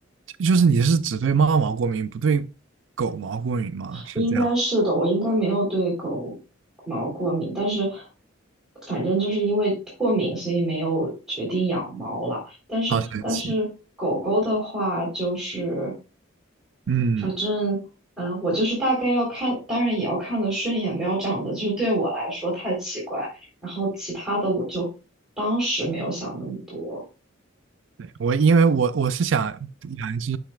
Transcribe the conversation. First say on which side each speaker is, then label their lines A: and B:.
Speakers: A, on the right (about 65°); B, in the centre.
A: 就是你是只对猫毛过敏，不对狗毛过敏吗？是这样，
B: 应该是的，我应该没有对狗毛过敏，但是反正就是因为过敏，所以没有决定养猫了。但是但是狗狗的话，
A: 好神奇。
B: 就是
A: 嗯，
B: 反正嗯、呃我就是大概要看，当然也要看的顺眼，不要长得就是对我来说太奇怪。然后其他的我就当时没有想那么多。
A: 对，我因为我我是想养一只